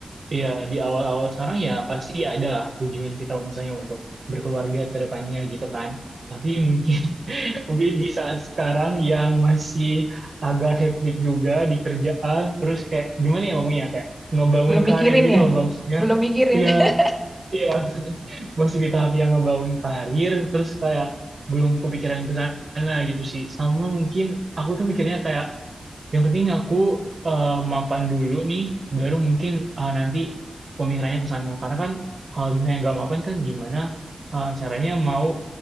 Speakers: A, on the right; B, in the centre.
A: ya di awal-awal sekarang ya pasti ada lah tujuan kita misalnya untuk berkeluarga ke depannya gitu kan. Tapi mungkin
B: Mm.
A: <laughs> mungkin di saat sekarang yang masih agak hectic juga di kerjaan, terus kayak gimana ya ngomongnya kayak ngebangun
B: Belum
A: karir
B: mikirin
A: gitu
B: ya?
A: loh Mbak, maksudnya.
B: Belum mikirin.
A: Iya,
B: <laughs>
A: iya masih di tahap yang ngebangun karir, terus kayak belum kepikiran ke sana gitu sih. Sama mungkin aku tuh mikirnya kayak yang penting aku eh, mapan dulu nih, baru mungkin eh, nanti pemikirannya ke sana. Karena kan kalau misalnya nggak mapan kan gimana eh, caranya mau